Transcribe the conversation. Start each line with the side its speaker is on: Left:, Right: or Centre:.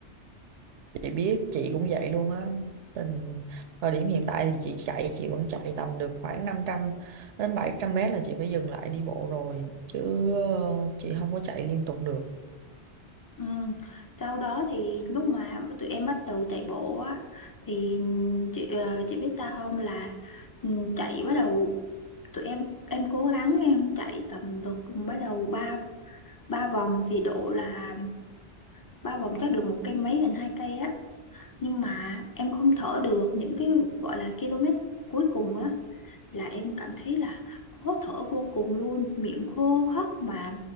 Right: chị biết chị cũng vậy luôn á tình thời điểm hiện tại thì chị chạy chị vẫn chạy tầm được khoảng 500 đến 700 mét là chị phải dừng lại đi bộ rồi chứ ờ, chị không có chạy liên tục được
Left: ừ. Sau đó thì lúc mà tụi em bắt đầu chạy bộ á thì chị, ờ, chị biết sao không là ừ, chạy bắt đầu tụi em em cố gắng em chạy tầm được bắt đầu ba ba vòng thì độ là ba vòng chắc được một cây mấy gần hai cây á nhưng mà em không thở được những cái gọi là km cuối cùng á là em cảm thấy là khó thở vô cùng luôn miệng khô khóc mà